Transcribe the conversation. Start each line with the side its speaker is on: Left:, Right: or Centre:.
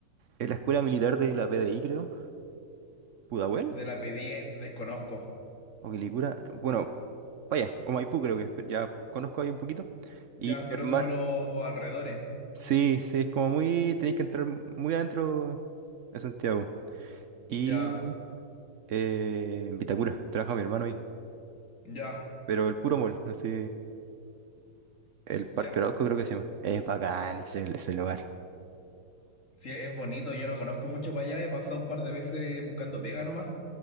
Right: eh, la escuela militar de la PDI, creo? ¿Pudahuel?
Left: De la pedí desconozco.
Right: ¿O Quilicura? Bueno, Vaya, o Maipú creo que es, pero ya conozco ahí un poquito.
Left: Ya,
Right: Y
Left: pero
Right: mi hermano,
Left: como a los alrededores.
Right: sí, sí, es como muy, tenéis que entrar muy adentro de Santiago. Y
Left: Ya,
Right: eh, en Vitacura, trabaja mi hermano ahí,
Left: ya,
Right: pero el puro mall, así, el Parque
Left: ya.
Right: Arauco creo que se llama. Es bacán ese, ese lugar.
Left: Sí, es bonito, yo no conozco mucho para allá, he pasado un par de veces buscando pega nomás,